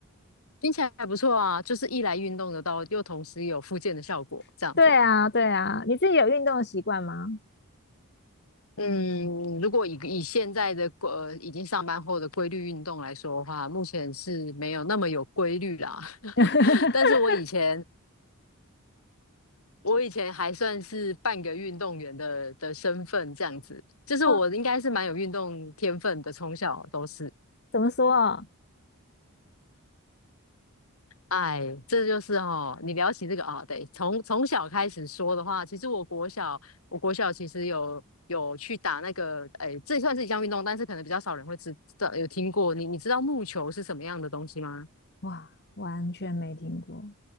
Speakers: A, on the left (about 75°); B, on the left (about 50°).
A: 听起来还不错啊，就是一来运动得到，又同时有复健的效果，
B: <laughs>
A: 这样子。
B: 对啊，对啊，你自己有运动的习惯吗？
A: 嗯，如果以以现在的呃已经上班后的规律运动来说的话，目前是没有那么有规律啦。<laughs>
B: <laughs>
A: 但是我以前我以前还算是半个运动员的的身份，这样子，就是我应该是蛮有运动天分的，
B: 哦，
A: 从小都是。
B: 怎么说哦？
A: 哎，这就是哦，你聊起这个啊，对，从从小开始说的话，其实我国小，我国小其实有有去打那个，哎，这算是一项运动，但是可能比较少人会知道，有听过。你你知道木球是什么样的东西吗？
B: 哇，完全没听过。